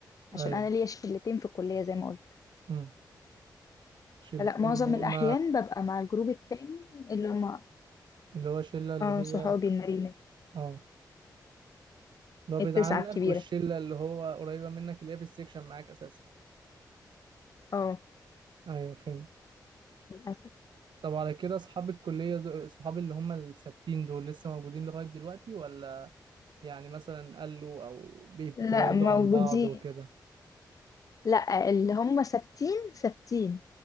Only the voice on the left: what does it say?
عشان
انا ليا شلتين في الكلية زي ما قلت
لا معظم
الاحيان ببقى مع الجروب التاني اللي هما
اه
صحابي المريمين
التسعة
الكبيرة
اه
للأسف
لا موجودين
لا اللي هم ثابتين ثابتين